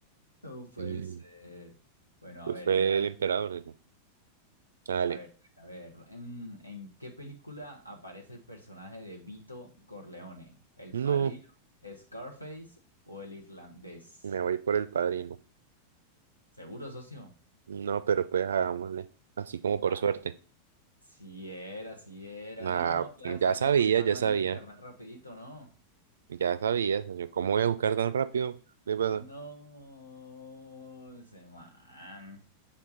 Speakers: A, on the left; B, on the right.
A: No puede
B: Mm,
A: ser. Bueno,
B: pues
A: a ver,
B: Fue
A: yo le hago
B: el emperador,
A: una.
B: socio. Dale.
A: A ver, a ver, ¿en, en qué película aparece el personaje de Vito Corleone? ¿El
B: No,
A: padrino, Scarface o el irlandés?
B: me voy por el padrino.
A: ¿Seguro, socio?
B: No, pero pues hagámosle. Así como por
A: Ah,
B: suerte.
A: sí era, sí era.
B: Ah,
A: No, la
B: ya
A: está
B: sabía,
A: consultando
B: ya sabía,
A: ahí en internet rapidito, ¿no?
B: ya sabía. señor. ¿Cómo voy a buscar tan rápido? De verdad.
A: No, ese man.